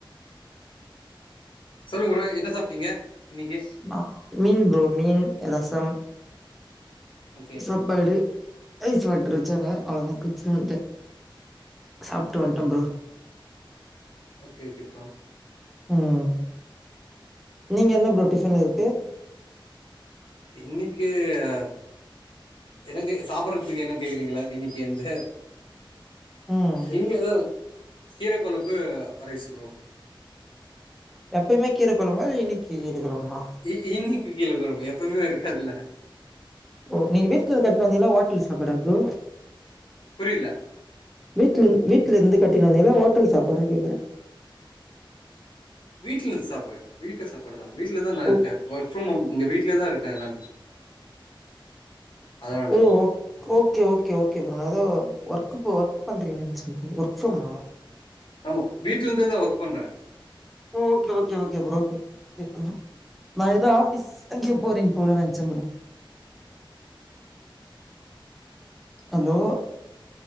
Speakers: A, on the left; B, in the centre.
A: சொல்லுங்க ப்ரோ என்ன சாப்ட்டீங்க இன்னிக்கி
B: நா மீன் ப்ரோ மீன் ரசம்
A: ஓகே
B: சாப்பாடு ஐஸ் வாட்டறு வச்சாங்க அவ்ளோ தான் குச்சினு வன்ட்டேன் சாப்ட்டு வன்டேன் ப்ரோ
A: ஓகே ஓகே ப்ரோ
B: ம் ம் நீங்க என்ன ப்ரோ டிஃபன் இருக்கு
A: இன்னிக்கி ஆ எனக்கு சாப்புறதுக்கு என்னனு கேக்குறீங்களா இன்னிக்கு அந்த
B: ம்
A: இங்கதான் கீரைக்கொழம்பு ரைஸ் ப்ரோ
B: எப்பயுமே கீரை கொழம்பா இல்ல இன்னிக்கி கீரகொழம்பா
A: இ இன்னிக்கு கீர கொழம்பு எப்வுமே இருக்காதுல்ல
B: ஓ நீங்க வீட்ல கட்ணு வந்திங்களா ஹோட்டல் சாப்பாடா ப்ரோ
A: புரில
B: வீட்ல இரு வீட்ல இருந்து கட்டிட்டு வந்திங்ளா ஹோட்டல் சாப்பாட கேக்குறே
A: வீட்ல இருந்து சாப்பாடு வீட்டு சாப்பாடு தான் வீட்ல தான் நா
B: ஓ
A: இருக்கேன் ஒர்க் ஃபிரம் ஹோம் எங்க வீட்லயே தா இருக்கேன் நா அதனால
B: ஓ ஓகே ஓகே ஓகே ப்ரோ நா அதா ஒர்க் ஒர்க் பண்றீங்கன்னு சொல்றேன் ஒர்க் ஃப்ரம்மா
A: ஆமா வீ்ட்ல இருந்தே தான் ஒர்க் பண்றேன்
B: okay okay okay bro okay கே நா ஏதோ ஆபீஸ் அங்கேயே போறீங்க போல நெனச்சேன் ப்ரோ ஹலோ